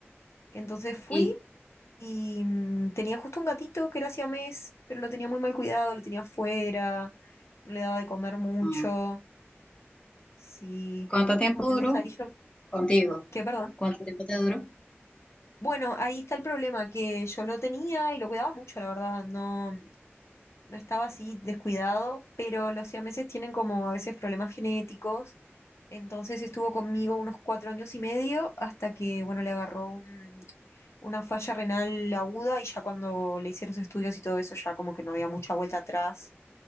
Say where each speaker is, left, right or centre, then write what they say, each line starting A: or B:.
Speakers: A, on the left (about 80°); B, on the left (about 25°).
A: Entonces fui
B: ¿Y
A: y mm, tenía justo un gatito que era siamés, pero lo tenía muy mal cuidado, lo tenía afuera, no le daba de comer mucho.
B: mm,
A: Sí.
B: cuánto tiempo
A: Entonces
B: duró
A: ahí yo,
B: contigo?
A: ¿qué, perdón?
B: ¿Cuánto tiempo te duró?
A: Bueno, ahí está el problema, que yo lo tenía y lo cuidaba mucho, la verdad. No, no estaba así descuidado, pero los siameses tienen como a veces problemas genéticos. Entonces estuvo conmigo unos cuatro años y medio hasta que, bueno, le agarró un una falla renal aguda y ya cuando le hice los estudios y todo eso, ya como que no había mucha vuelta atrás.